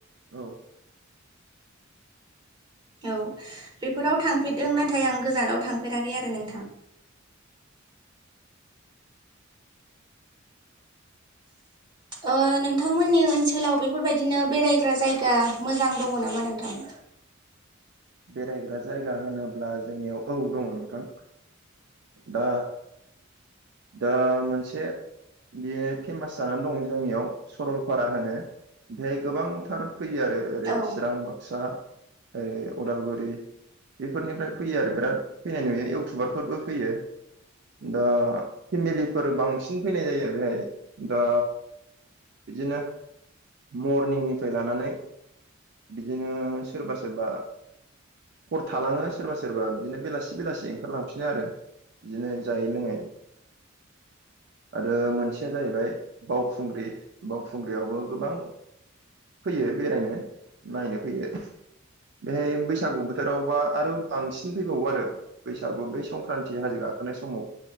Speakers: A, on the right; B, on the right.
A: औ
B: औ बेफोराव थांफेरदों नाथाय आं गोजानाव थांफेराखै आरो नोंथां
A: <inaudible> <inaudible>
B: ओ नोंथांमोननि ओनसोलाव बेफोरबायदिनो बेरायग्रा जायगा मोजां दङ नामा नोंथां?
A: बेरायग्रा जायगा होनोब्ला जोंनियाव औ दङ नोंथां दा दा मोनसे बेयो फेमास जानानै दं जोंनियाव सरलपारा होनो बेहाय गोबांथार फैयो आरो ओरै
B: औ
A: चिरां बाक्सा ओरै उदालगुरि बेफोरनिफ्राय फैयो आरो बिराद फैनाय नुयो इउटुबारफोरबो फैयो दा फेमिलिफोर बांसिन फैनाय जायो बेहाय दा बिदिनो मरनिंनिफ्राय लानानै बिदिनो सोरबा सोरबा हर थालाङो सोरबा सोरबा बिदिनो बेलासि बेलासि ओंखारलांफिनो आरो बिदिनो जायै लोङै आरो मोनसेया जाहैबाय बावखुंग्रि बावखुंग्रियावबो गोबां फैयो बेरायनो नायनो फैयो बेहाय बैसागु बोथोरावबा आरो बांसिन फैबावो आरो बैसागु बै संक्रान्ति हाजो गाखोनाय समाव